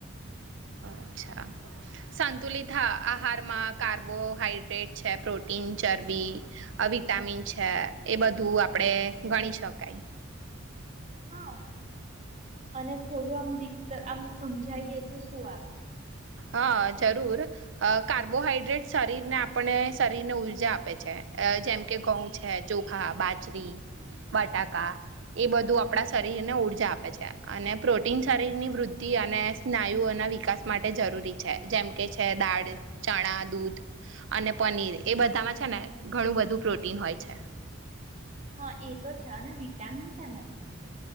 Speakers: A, on the right (about 60°); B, on the right (about 35°).
A: અચ્છા સંતુલિત આહારમાં કાર્બોહાઈડ્રેટ છે પ્રોટીન ચરબી વિટામિન છે એ બધું આપણેે ગણી શકાય
B: હા અને થોડું આમત આમ સમજાયએ તો શું આવે
A: હા જરૂર કાર્બોહાઈડ્રેટ શરીરને આપણે શરીરને ઉર્જા આપે છે જેમકે ઘઉં છે ચોખા બાજરી બટાકા એ બધું આપણા શરીરને ઉર્જા આપે છે અને પ્રોટીન શરીરની વૃદ્ધિ અને સ્નાયુઓના વિકાસ માટે જરૂરી છે જેમ કે છે દાળ ચણા દૂધ અને પનીર એ બધામાં છે ને ઘણું બધું પ્રોટીન હોય છે
B: હા એ તો છે અને વિટામિનસ એમાંથી મળે